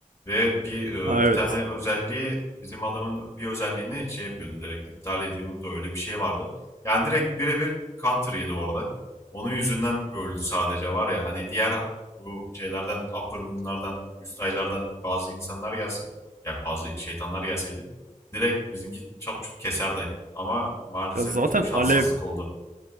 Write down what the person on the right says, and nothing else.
Ha
evet.
Ya zaten
alev.